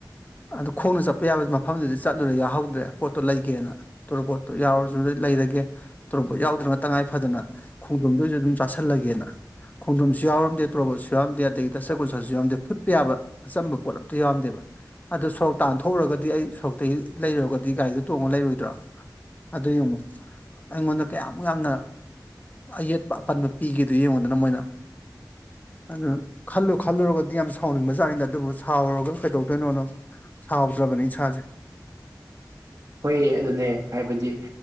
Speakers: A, on the left; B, on the right.
A: ꯑꯗꯨ ꯈꯣꯡꯅ ꯆꯠꯄ ꯌꯥꯕ ꯃꯐꯝꯗꯨꯗꯤ ꯆꯠꯂꯨꯔꯦ ꯌꯥꯎꯍꯧꯗ꯭ꯔꯦ ꯄꯣꯠꯇꯣ ꯂꯩꯒꯦꯅ ꯇꯣꯔꯣꯕꯣꯠꯇꯣ ꯌꯥꯎꯔꯖꯨ ꯂꯩꯔꯒꯦ ꯇꯣꯔꯣꯄꯣꯠ ꯌꯥꯎꯗ꯭ꯔꯅ ꯇꯉꯥꯏ ꯐꯗꯅ ꯈꯣꯡꯗꯔꯨꯝꯗꯣꯑꯣꯢꯁꯨ ꯑꯗꯨꯝ ꯆꯥꯥꯁꯜꯂꯒꯦꯅ ꯈꯣꯡꯗꯔꯣꯝꯁꯨ ꯌꯥꯎꯔꯝꯗꯦ ꯇꯣꯔꯣꯠꯁꯨ ꯌꯥꯎꯔꯝꯗꯦ ꯑꯗꯒꯤꯗꯤ ꯗꯁꯥꯀꯨꯁꯥꯁꯨ ꯌꯥꯎꯔꯝꯗꯦ ꯐꯨꯠꯄ ꯌꯥꯕ ꯑꯆꯝꯕ ꯄꯣꯠ ꯑꯝꯇ ꯌꯥꯎꯔꯝꯗꯦꯕ ꯑꯗꯨꯗ ꯁꯣꯔꯣꯛ ꯇꯥꯟꯊꯣꯛꯎꯔꯒꯗꯤ ꯑꯩ ꯁꯣꯔꯣꯛꯇꯒꯤ ꯂꯩꯔꯨꯔꯒꯗꯤ ꯒꯥꯔꯤꯗꯨꯣ ꯇꯣꯡꯉ ꯂꯩꯔꯣꯏꯗ꯭ꯔꯣ ꯑꯗꯨ ꯌꯦꯡꯉꯣ ꯑꯩꯉꯣꯟꯗ ꯀꯌꯥꯃꯨꯛ ꯌꯥꯝꯅ ꯑꯌꯦꯠꯄ ꯑꯄꯟꯕ ꯄꯤꯒꯦꯗꯨ ꯌꯦꯡꯉꯨꯗꯅ ꯃꯣꯏꯅ ꯑꯗꯨ ꯈꯜꯂꯨ ꯈꯜꯂꯨꯔꯒꯗꯤ ꯌꯥꯝ ꯁꯥꯎꯅꯤꯡꯕ ꯖꯠꯅꯤꯗ ꯑꯗꯨꯕꯨ ꯁꯥꯎꯔꯨꯔꯒ ꯀꯩꯗꯧꯗꯣꯏꯅꯣꯅ ꯁꯥꯎꯗ꯭ꯔꯕꯅꯤ ꯢꯁꯥꯁꯦ
B: ꯍꯣꯏꯑ ꯑꯗꯨꯅꯦ ꯍꯥꯏꯕꯗꯤ